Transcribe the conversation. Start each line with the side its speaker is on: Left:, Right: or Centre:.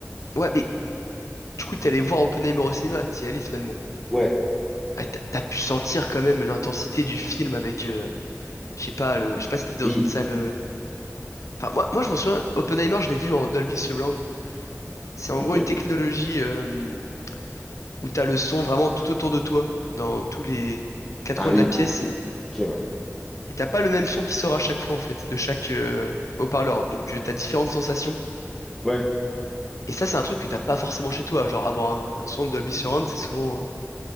Left: Ouais, mais du coup, t'es allé voir Oppenheimer au cinéma, t'y es allé finalement.
Centre: Ouais,
Left: Ouais, t'as t'as pu sentir quand même l'intensité du film avec, euh, je sais pas, le, je sais pas si t'étais
Centre: oui,
Left: dans une salle. euh, Enfin, moi, moi, je m'en souviens, Oppenheimer, je l'ai vu en Dolby Surround. C'est en
Centre: ok.
Left: gros une technologie euh, où t'as le son vraiment tout autour de toi, dans tous les quatre
Centre: Ah
Left: coins
Centre: oui,
Left: de la pièce, et
Centre: ok, ouais.
Left: et t'as pas le même son qui sort à chaque fois en fait, de chaque euh, haut-parleur. Donc, euh, t'as différentes sensations.
Centre: Ouais,
Left: Et ça, c'est un truc que t'as pas forcément chez toi. Genre, avoir un, un son Dolby Surround, c'est souvent euh,